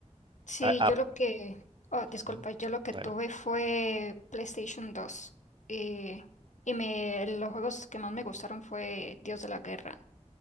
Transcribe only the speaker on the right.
Ah, ah,
ujú,
adelante.